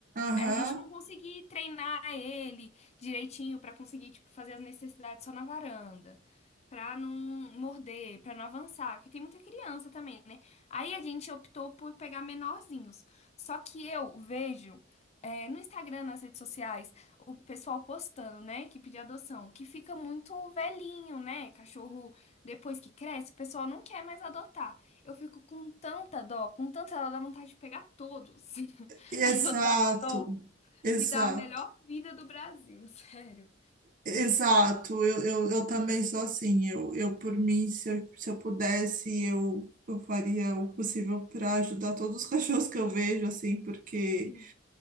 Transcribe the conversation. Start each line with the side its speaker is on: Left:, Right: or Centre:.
Right: Aham,
Left: A gente não conseguir treinar ele direitinho pra conseguir, tipo, fazer as necessidades só na varanda. Pra não morder, pra não avançar, porque tem muita criança também, né? Aí a gente optou por pegar menorzinhos. Só que eu vejo é, no Instagram, nas redes sociais, o pessoal postando, né, que pedir adoção, que fica muito velhinho, né? Cachorro, depois que cresce, o pessoal não quer mais adotar. Eu fico com tanta dó, com tanta dó, dá vontade de pegar todos, <laughs>
Right: exato,
Left: adotar todos
Right: exato,
Left: e dar a melhor vida do Brasil, <laughs> sério.
Right: exato. Eu, eu, eu também sou assim. Eu, eu por mim, se eu, se eu pudesse, eu, eu faria o possível para ajudar todos os <laughs> cachorros que eu vejo, assim, porque.
Left: Sim.